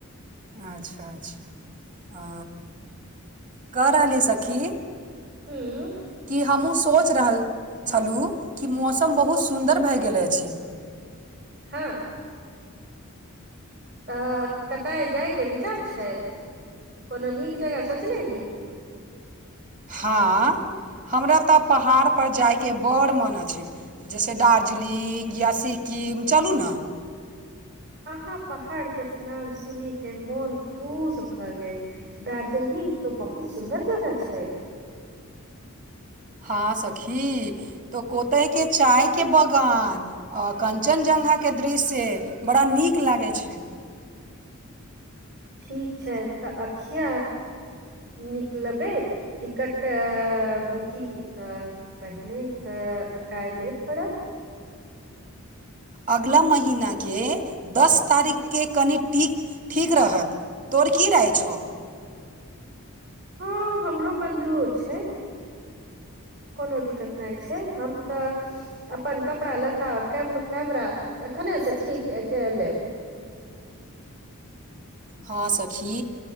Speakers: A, on the right; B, on the right.
A: अच्छा अच्छा ह कऽ रहलीय सखी
B: हूँ
A: कि हमहूँ सोच रहल छलुं कि मौसम बहुत सुन्दर
B: हूँ
A: भए गेल अछि।
B: हँ तऽ कतय जाइके विचार छै कोनो नीक जगह सोचलेही
A: हँ हमरा तऽ पहाड़पर जाइके बड़ मनै अछै। जैसे डार्जलिंग या सिक्किम चलू न
B: अहाँ पहाड़के नाम सुनिके मोन खुश भय गेल। दार्जलिंग तऽ बहुत सुन्दर जगह छैय
A: हँ सखी तऽ कोतेयके चायके बगान आ कञ्चनजंघाके दृश्य बड़ा नीक लागै छै।
B: ठीक छै तऽ अखिया निकलबे। टिकट बुकिंग तऽ। पहिने कऽ काइले पड़त।
A: अगला महिनाके दस तारीखके कनि टिक ठीक रहत। तोर की रहय छो
B: हँ हमरो मंजूर छै। कोनो दिक्कत नाय छैय हम तऽ। अपन कपड़ा लत्ता कैम कैमरा एखने से ठीक के कै लेब।
A: हँ सखी